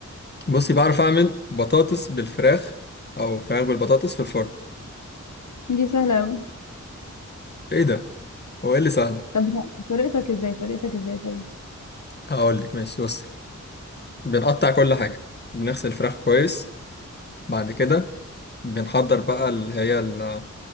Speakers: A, on the left (about 35°); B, on the left (about 70°).
A: بصي بعرف اعمل بطاطس بالفراخ او فراخ بالبطاطس في الفرن
B: دي سهله قوي
A: ايه ده هو ايه اللي سهله
B: طب بتاع- طريقتك ازاي طريقتك ازاي طيب
A: هقول لك ماشي بصي بنقطع كل حاجه بنغسل الفراخ كويس بعد كده بنحضر بقى اللي هي ال-